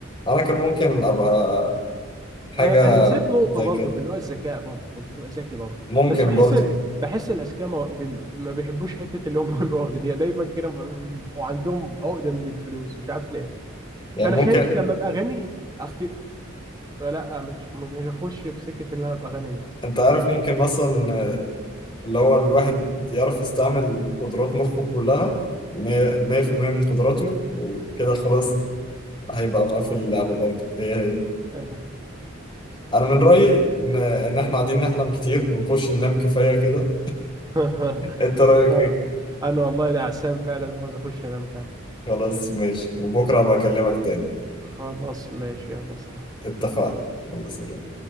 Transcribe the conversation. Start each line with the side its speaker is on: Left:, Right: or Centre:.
Left: انا كان ممكن ابقى حاجة
Right: آه انا نسيت نقطه
Left: زي
Right: برضو
Left: كده
Right: اللي هو الذكاء برضو انت تبقى ذكي برضو
Left: ممكن
Right: بس بحس
Left: برضه
Right: ال- بحس الاذكياء ما بي- ما بيحبوش حته اللي هم <laughs> يبقوا اغنياء دايما كده ب- بيبقوا عندهم عقده من الفلوس مش عارف ليه
Left: يعني
Right: فانا
Left: ممكن
Right: خايف لما ابقى غني أفت... فلا مش مش هخش في سكة اللي انا ابقى غني ده
Left: انت عارف ممكن مثلا اللي هو الواحد يعرف يستعمل قدرات مخه كلها مية مية في المية من قدراته وكده خلاص هيبقى مقفل
Right: اه
Left: اللعبة برضه هي هي
Right: ايوه
Left: أنا من رأيي إن إن إحنا قاعدين نحلم كتير ونخش ننام كفاية كده
Right: <laughs>
Left: أنت رأيك
Right: خ-
Left: إيه؟
Right: انا والله نعسان فعلا وعاوز اخش انام فعلا
Left: خلاص ماشي وبكرة بكلمك تاني
Right: خلاص ماشي يلا سلام
Left: اتفقنا يلا سلام